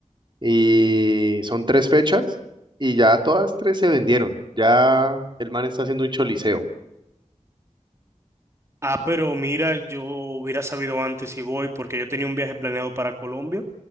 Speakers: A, on the right; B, on the right.
A: Y son tres fechas y ya todas tres se vendieron. Ya el man está haciendo un choliseo.
B: Ah, pero mira, yo hubiera sabido antes si voy porque yo tenía un viaje planeado para Colombia